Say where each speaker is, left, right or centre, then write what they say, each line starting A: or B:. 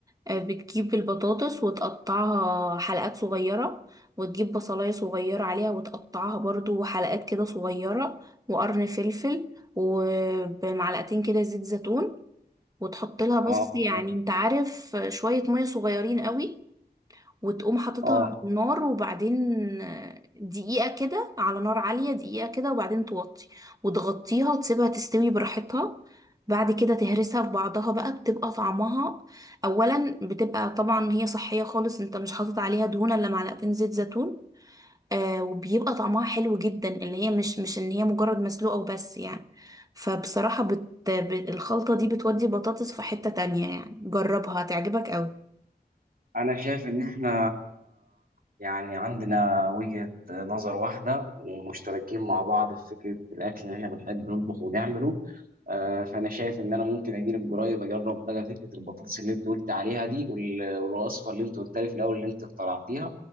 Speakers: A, on the right; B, on the right.
A: آه، بتجيب البطاطس وتقطعها حلقات صغيرة وتجيب بصلاية صغيرة عليها وتقطعها برضو حلقات كده صغيرة وقرن فلفل ومعلقتين كده زيت زيتون وتحط لها بس
B: آه
A: يعني
B: تمام.
A: انت عارف شوية مية صغيرين قوي وتقوم حاططها
B: آه
A: على النار وبعدين دقيقة كده على نار عالية دقيقة كده وبعدين توطي وتغطيها وتسيبها تستوي براحتها بعد كده تهرسها في بعضها بقى بتبقى طعمها أولا بتبقى طبعا هي صحية خالص انت مش حاطط عليها دهون إلا معلقتين زيت زيتون آه وبيبقى طعمها حلو جدا اللي هي مش مش ان هي مجرد مسلوقة وبس يعني فبصراحة بت... بت... الخلطة دي بتودي البطاطس في حتة تانية يعني جربها هتعجبك قوي
B: أنا شايف إن إحنا يعني عندنا وجهة نظر واحدة ومشتركين مع بعض في فكرة الأكل اللي إحنا بنحب نطبخه ونعمله آه، فأنا شايف إن أنا ممكن أجيب قريب أجرب بقى فكرة البطاطس اللي أنت قلت عليها دي وال- والوصفة اللي أنت قلت لي في الأول اللي أنت اخترعتيها